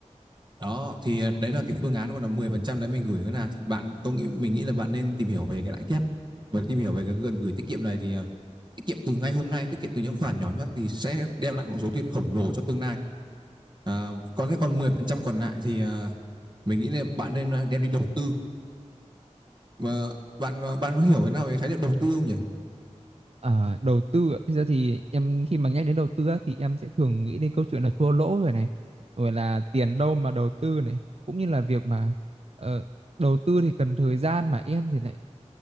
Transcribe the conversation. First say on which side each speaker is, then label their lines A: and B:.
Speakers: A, on the right; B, on the right.
A: Đó, thì, ờ, đấy là cái phương án, còn là 10% đấy mình gửi ngân hàng thì bạn tôi nghĩ mình nghĩ là bạn nên tìm hiểu về cái lãi kép. Và tìm hiểu về cái gần gửi tiết kiệm này thì ờ, tiết kiệm từ ngay hôm nay, tiết kiệm từ những khoản nhỏ nhất thì sẽ đem lại một số tiền khổng lồ cho tương lai. À, còn thế còn 10% còn lại thì ờ, mình nghĩ là bạn nên ờ, đem đi đầu tư. Và bạn ờ, bạn có hiểu thế nào về khái niệm đầu tư không nhỉ?
B: à, đầu tư ạ. thực ra thì em khi mà nhắc đến đầu tư á, thì em sẽ thường nghĩ đến câu chuyện là thua lỗ rồi này rồi là tiền đâu mà đầu tư này cũng như là việc mà ờ, đầu tư thì cần thời gian mà em thì lại